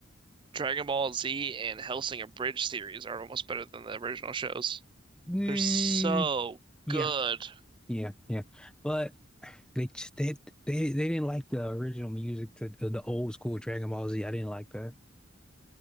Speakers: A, on the right (about 25°); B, in the centre.
A: Dragon Ball Z and Hellsing Abridged series are almost better than the original shows.
B: Mm,
A: They're so
B: yeah,
A: good.
B: yeah, yeah. But they just- they they they didn't like the original music to the, the old school Dragon Ball Z. I didn't like that.